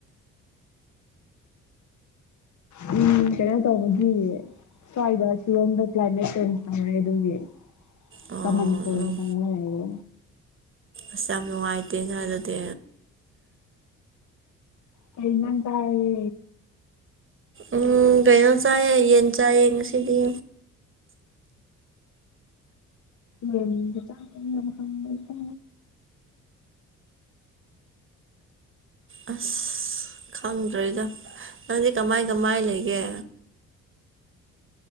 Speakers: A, on the left; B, on the right.
A: ꯎꯝ ꯀꯩꯅꯣ ꯇꯧꯕꯒꯤ ꯁꯣ ꯍꯥꯏꯗ ꯁꯤ ꯂꯣꯝꯗ ꯀ ꯀ꯭ꯂꯥꯏꯃꯦꯠ ꯆꯦꯟꯖ ꯇꯃꯦ ꯑꯗꯨꯒꯤ
B: ꯑꯣ
A: ꯀꯃꯟ ꯀ
B: ꯎꯝ
A: ꯇ ꯂꯩꯒ
B: ꯑꯁ ꯌꯥꯝ ꯅꯨꯡꯉꯥꯏꯇꯦꯅ ꯑꯗꯨꯗꯤ
A: ꯀꯅꯟ ꯇꯔꯦ
B: ꯎꯝ ꯀꯩꯅꯣ ꯆꯥꯏꯌꯦ ꯌꯦꯟ ꯆꯥꯏꯌꯦ ꯉꯁꯤꯗꯤ
A: ꯌꯦ ꯆꯥ ꯇ
B: ꯑꯁ ꯈꯪꯗ꯭ꯔꯦꯗ ꯅꯪꯗꯤ ꯀꯃꯥꯏ ꯀꯃꯥꯏ ꯂꯩꯒꯦ